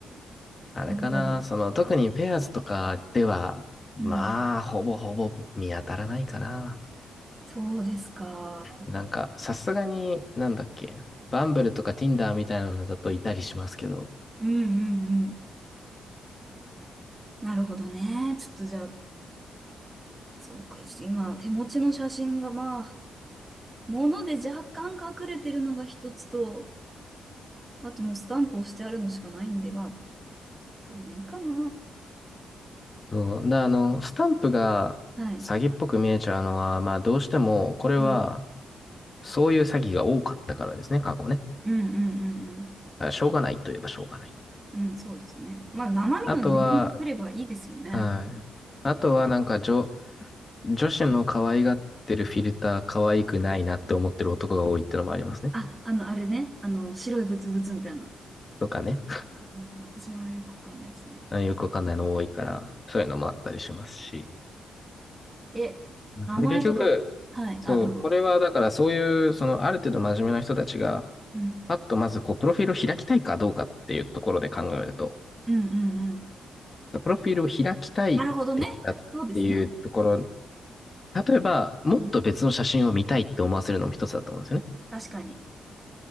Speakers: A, on the left (about 25°); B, on the right (about 15°).
A: あれかな、
B: うん。なるほど。
A: その、特にペアーズとかでは、まあ、
B: うん。
A: ほぼほぼ見当たらないかな。
B: そうですか。
A: なんか、さすがに、なんだっけ、バンブルとか Tinder みたいなのだといたりしますけど。
B: うんうんうん。なるほどね。ちょっとじゃあ、そうか。ちょっと今、手持ちの写真がまあ、物で若干隠れてるのが一つと、あともうスタンプをしてあるのしかないんで、まあ、それでいいかな。
A: うん。で、あの、スタンプが詐欺っぽく見えちゃうのは、
B: はい。
A: まあ、どうしても、これは、
B: うん。
A: そういう詐欺が多かったからですね、過去ね。
B: うんうんうん
A: だからしょうがないといえばしょうがない。
B: うん。うん、そうですね。まあ、生身の自分が来ればいいですよね。
A: あとは、はい。あとはなんか女、女子の可愛がってるフィルター可愛くないなって思ってる男が多いってのもありますね。
B: あ、あの、あれね。あの、白いブツブツみたいな。
A: とかね。
B: うん、私もあれよくわかんないですね。
A: あよくわかんないの多いから、そういうのもあったりしますし。
B: え、名前とか、
A: で、結局、
B: はい、
A: そう、
B: あ、どうぞ。
A: これはだからそういう、そのある程度真面目な人たちが、
B: うん、
A: パッとまずこう、プロフィールを開きたいかどうかっていうところで考えると、
B: うん、うん、うん。
A: プロフィールを開きたいってしたっていうところ、
B: なるほどね。そうですね。
A: 例えば、もっと別の写真を見たいって思わせるのも一つだと思うんですよね。
B: うん。確かに。